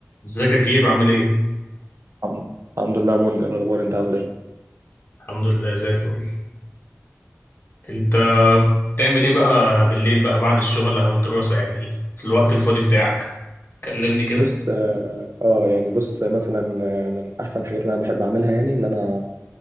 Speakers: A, on the left (about 50°); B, on the right (about 70°).
A: ازيك يا كيرو عامل ايه؟
B: الحمد الحمد لله يا منى إيه الاخبار انت عامل ايه
A: الحمد لله زي الفل انت بتعمل ايه بقى بالليل بقى بعد الشغل او الدراسة يعني في الوقت الفاضي بتاعك كلمني كده
B: بص اه آه، يعني بص مثلا آه، من احسن الحاجات اللي انا بحب اعملها يعني اللي انا